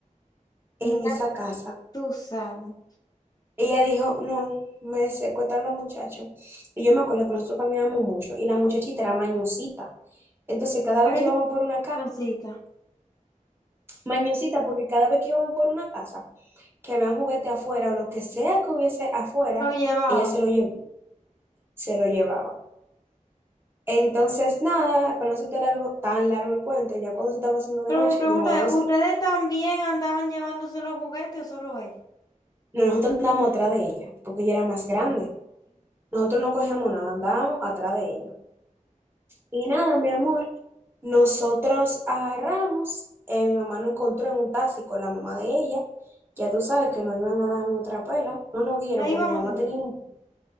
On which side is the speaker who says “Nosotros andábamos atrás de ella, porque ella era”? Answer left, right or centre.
Right